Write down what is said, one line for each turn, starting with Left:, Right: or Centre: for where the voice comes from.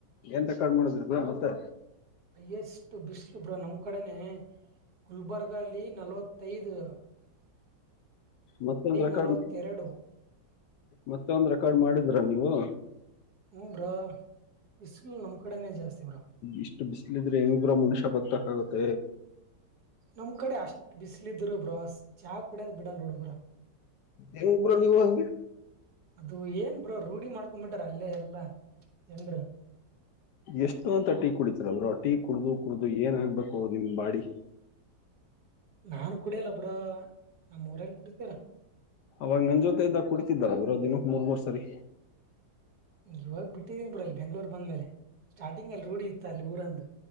Left: ಎಂತ ಕಡ್ ಮಾಡುದ್ರಿ ಬ ಮತ್ತೆ
Right: ಅಯ್ಯಷ್ಟು ಬಿಸ್ಲುಬ್ರ ನಮ್ ಕಡೆನೆೇ ಗುಲ್ಬರ್ಗ ಅಲ್ಲಿ ನಲವತ್ತೈದು
Left: ಮತ್ತೊಂದ ರೆಕಾರ್ಡ್
Right: ನಲ್ವತ್ತೆರಡು
Left: ಮತ್ತಂದ ಕಾಲ್ ಮಾಡಿದ್ರ ನೀವು
Right: ಹ್ಮ್ ಬ್ರೋ ಬಿಸಿಲು ನಮ್ ಕಡೆನೆ ಜಾಸ್ತಿ ಬ್ರೋ
Left: ಇಷ್ಟ ಬಿಸ್ಲಿದ್ರೆ ಹೆಂಗ ಬ್ರೋ ಮನುಷ್ಯ ಬತ್ತ <unintelligible> <unintelligible>
Right: ನಮ್ ಕಡೆ ಅಷ್ಟ್ ಬಿಸಲ ಇದರು ಬ್ರೋ ಚಾ ಕುಡಿಯೋದು ಬಿಡಲ್ ನೋಡು ಬ್ರೋ.
Left: ಎ ಉಬರ ನೀವ ಹಗೆ
Right: ಅದು ಏನ್ ಬ್ರೋ ರೂಢಿ ಮಾಡ್ಕೊಬಿಟ್ರ ಅಲ್ಲೇ ಎಲ್ಲಾ ಜನ್ರು.
Left: ಎಷ್ಟು ಅಂತ ಟೀ ಕುಡಿತ ಬ್ರೋ ಟೀ ಕುಡಿದು ಕುಡ್ದು ಏನ ಆಗ್ಬೇಕು ನಿಮ್ ಬಾಡಿ
Right: ನಾನ್ ಕುಡಿಯಲ್ಲ ಬ್ರೋ ನಮ್ಮ್ ಊರಲ್ಲಿ ಕುಡಿತಾರೆ.
Left: ಅವಾಗ ನನ್ ಜೊತೆ ಇದ್ದಾಗ ಕುಡಿತಿದ್ದಾದಲಾ. ದಿನಕ್ಕೆ ಮೂರ್ ಮೂರು ಸರಿ.
Right: ಇವಾಗ ಬಿಟ್ಟಿದೀನ ಬ್ರೋ ಅಲ್ಲಿ ಬೆಂಗ್ಳೂರ್ ಬಂದ್ಮೇಲೆ ಸ್ಟಾರ್ಟಿಂಗ್ ಅಲ್ಲಿ ರೂಡಿ ಇತ್ತ ಅಲ್ಲಿ ಊರಂದು